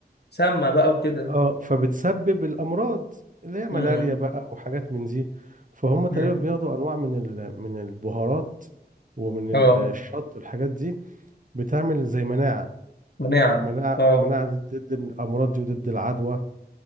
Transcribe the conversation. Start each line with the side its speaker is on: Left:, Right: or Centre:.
Left: سمنة بقى وكده
Right: اه فبتسبب الامراض اللي هي
Left: مم.
Right: ملاريا بقى وحاجات من دي فهم تقريبا
Left: مم.
Right: بياخدوا انواع من ال... من البهارات ومن
Left: اه
Right: ال- الشط والحاجات دي بتعمل زي مناعه
Left: مناعة
Right: مناعه
Left: اه
Right: مناعه ضد الامراض دي وضد العدوى